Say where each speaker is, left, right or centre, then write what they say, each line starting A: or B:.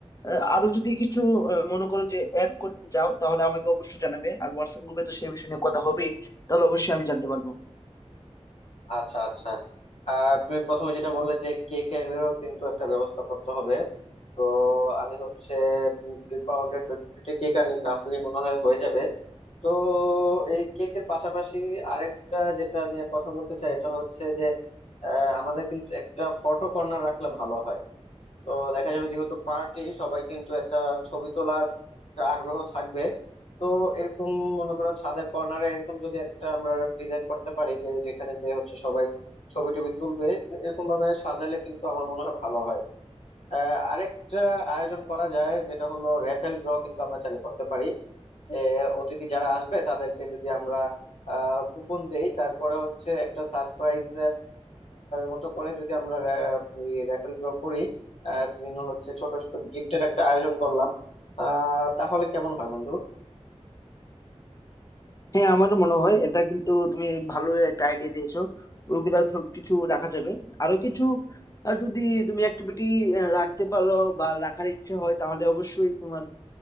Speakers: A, on the left (about 30°); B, on the left (about 70°).
A: আহ, আরো যদি কিছু আহ, মনে করো যে অ্যাড করতে চাও তাহলে আমাকে অবশ্যই জানাবে আর হোয়াটসঅ্যাপ গ্রুপে তো সেই বিষয়ে নিয়ে কথা হবেই তাহলে অবশ্যই আমি জানতে পারবো
B: আচ্ছা আচ্ছা আর তুমি প্রথমে যেটা বললে যে কেকেরও কিন্তু একটা ব্যবস্থা করতে হবে তো আমি হচ্ছে উম দুই পাউন্ডের যদি দুইটা কেক আনি তাহলে মনে হয় হয়ে যাবে তো এই কেকের পাশাপাশি আরেকটা যেটা নিয়ে কথা বলতে চাই এটা হচ্ছে যে আহ, আমাদের কিন্তু একটা ফটো কর্নার রাখলে ভালো হয় তো দেখা যাবে যেহেতু পার্টি সবাই কিন্তু একটা ছবি তোলার একটা আগ্রহ থাকবে তো এরকম মনে করো ছাদের কর্নারে এরকম যদি একটা আমরা ডিজাইন করতে পারি যে যেখানে যে হচ্ছে সবাই ছবি টবি তুলবে এরকম ভাবে সাজালে কিন্তু আমার মনে হয় ভালো হয় আহ, আরেকটা আয়োজন করা যায় যেটা হলো রেফেল ড্র কিন্তু আমরা চালু করতে পারি যে অতিথি যারা আসবে তাদেরকে যদি আমরা কুপন দেই তারপরে হচ্ছে একটা সারপ্রাইজ মতো করে যদি আমরা রেফেল ড্র করি আহ, বিভিন্ন হচ্ছে ছোট ছোট গিফটের একটা আয়োজন করলাম আহ তাহলে কেমন হয় বন্ধু
A: হ্যাঁ আমারও মনে হয় এটা কিন্তু তুমি ভালো একটা আইডিয়া দিয়েছো ওইগুলা সবকিছু রাখা যাবে আরো কিছু আহ, যদি তুমি অ্যাক্টিভিটি রাখতে পারো বা রাখার ইচ্ছে হয় তাহলে অবশ্যই তোমার